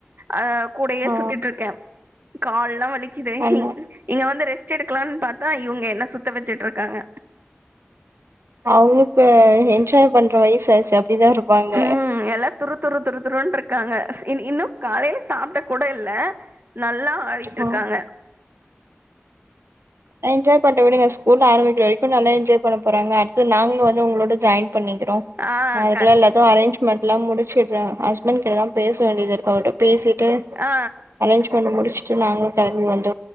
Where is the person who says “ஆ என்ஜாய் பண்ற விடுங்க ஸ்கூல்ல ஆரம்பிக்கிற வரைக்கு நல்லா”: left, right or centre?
Right